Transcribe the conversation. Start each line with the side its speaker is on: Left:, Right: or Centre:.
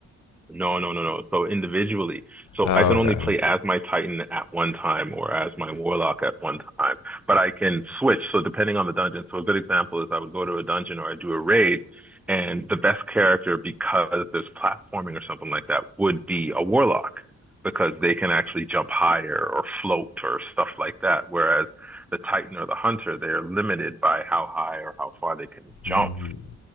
Centre: No, no, no, no. So individually. So
Left: Oh,
Centre: I can only
Left: okay.
Centre: play as my Titan at one time or as my Warlock at one time, but I can switch. So depending on the dungeon. So a good example is I would go to a dungeon or I do a raid and the best character because there's platforming or something like that would be a Warlock because they can actually jump higher or float or stuff like that. Whereas the Titan or the Hunter, they're limited by how high or how far they can jump.
Left: Mm,